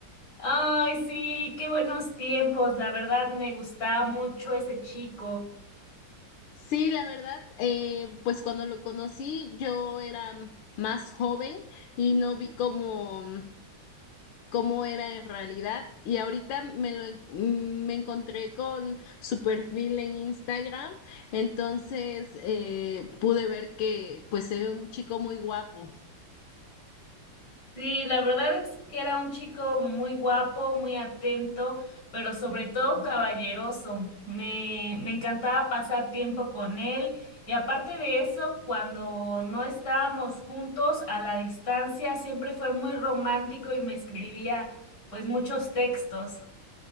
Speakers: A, on the left; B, on the left.
A: Ay, sí, qué buenos tiempos. La verdad me gustaba mucho ese chico.
B: Sí, la verdad, eh, pues cuando lo conocí, yo era más joven y no vi cómo, cómo era en realidad. Y ahorita me lo en- me encontré con su perfil en Instagram, entonces eh, pude ver que pues se ve un chico muy guapo.
A: Sí, la verdad es que era un chico muy guapo, muy atento, pero sobre todo caballeroso. Me, me encantaba pasar tiempo con él y aparte de eso, cuando no estábamos juntos a la distancia, siempre fue muy romántico y me escribía pues muchos textos.